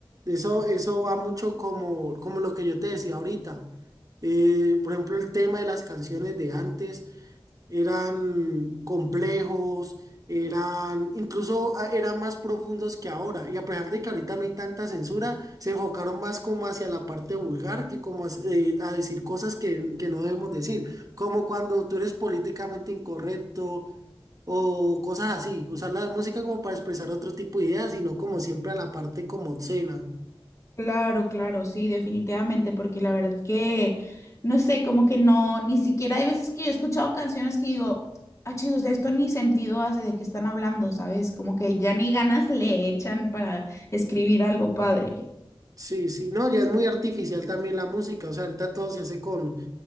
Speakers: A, on the right; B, on the left.
A: eso, eso va mucho como, como lo que yo te decía ahorita. Eh, por ejemplo, el tema de las canciones de antes eran complejos, eran incluso ah, eran más profundos que ahora. Y a pesar de que ahorita no hay tanta censura, se enfocaron más como hacia la parte vulgar que como as- eh, a decir cosas que, que no debemos decir. Como cuando tú eres políticamente incorrecto o cosas así, usar la música como para expresar otro tipo de ideas, sino como siempre a la parte como obscena.
B: Claro, claro, sí, definitivamente, porque la verdad que, no sé, como que no, ni siquiera hay veces que yo he escuchado canciones que digo, ah, chido, o sea, esto ni sentido hace de qué están hablando, ¿sabes? Como que ya ni ganas le echan para escribir algo padre.
A: Sí, sí, no, ya es muy artificial también la música, o sea, ahorita todo se hace con,